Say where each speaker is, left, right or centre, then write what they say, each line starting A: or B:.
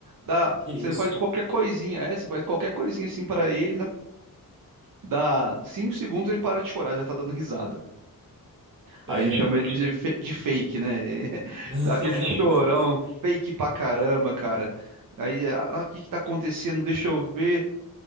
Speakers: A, on the right (about 65°); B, on the right (about 35°).
A: Dá,
B: Isso.
A: você faz qualquer coisinha, é, você faz qualquer coisinha assim pra ele, na- dá cinco segundos ele para de chorar, já tá dando risada.
B: É,
A: Aí a gente chama
B: rapaz.
A: ele de, fe- de fake, né? <laughs>
B: <laughs>
A: Dá aquele chorão fake pra caramba, cara. Aí, ah, o que que tá acontecendo? Deixa eu ver.